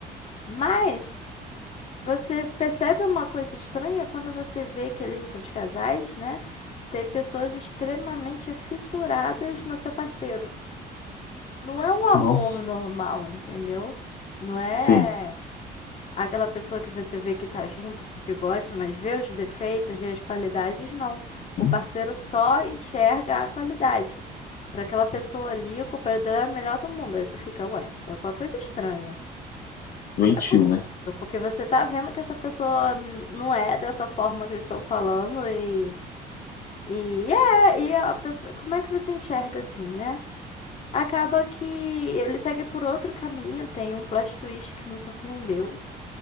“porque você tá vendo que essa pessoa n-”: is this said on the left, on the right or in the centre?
Left